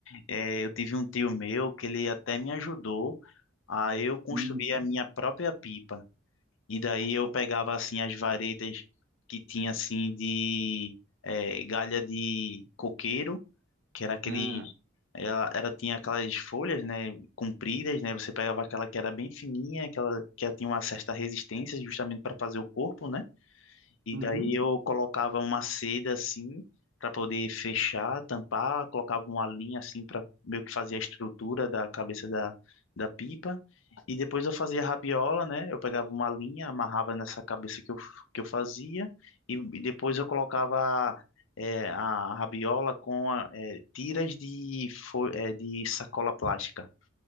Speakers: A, on the left; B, on the right.
A: eh, eu tive um tio meu que ele até me ajudou a eu construir
B: Uhum.
A: a minha própria pipa. E daí eu pegava, assim, as varetas que tinha, assim, de eh, galha de coqueiro, que era aquele
B: Ah,
A: Ela, ela tinha aquelas folhas, né, compridas, né, você pegava aquela que era bem fininha, aquela que ela tinha uma certa resistência justamente para fazer o corpo, né? E
B: uhum.
A: daí eu colocava uma seda assim para poder fechar, tampar, colocava uma linha assim para meio que fazer a estrutura da cabeça da, da pipa. E depois eu fazia a rabiola, né? Eu pegava uma linha, amarrava nessa cabeça que eu, que eu fazia e, e depois eu colocava é, a rabiola com a, é, tiras de, fo- é, de sacola plástica.